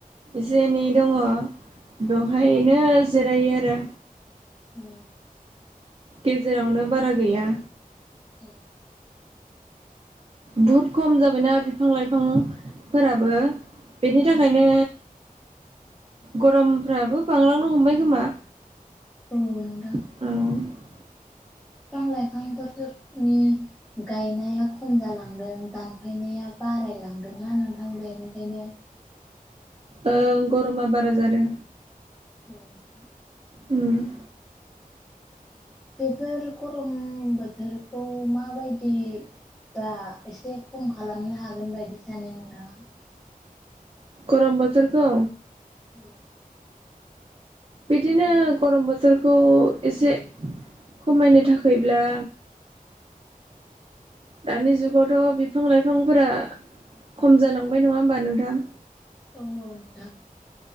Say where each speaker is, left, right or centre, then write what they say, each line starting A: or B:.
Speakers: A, on the right (about 40°); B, in the centre.
A: एसे एनै दङ बेवहायनो जिरायो आरो
B: अ
A: गेजेरावनो बारा गैया
B: औ
A: बुहुत खम जाबायना बिफां लाइफांफोराबो बेनि थाखायनो
B: औ
A: गरमफ्राबो बांलांनो हमबाय खोमा
B: औ नोंथां
A: औ
B: बिफां लाइफां बोथोरनि गायनाया खम जालांदों दानफायनाया बारायलांदोंना नोंथां बेनिखायनो
A: ओं गरमा बारा जादों
B: औ नोंथां
A: उम
B: बेफोर गरम बोथोरखौ माबायदि बा एसे खम खालामनो हागोन बायदि सानो नोंथाङा
A: गरम बोथोरखौ
B: औ
A: बिदिनो गरम बोथोरखौ एसे खमायनो थाखायब्ला दानि जुगावथ' बिफां लाइफांफोरा खम जालांबाय नङा होमबा नोंथां
B: औ औ नोंथां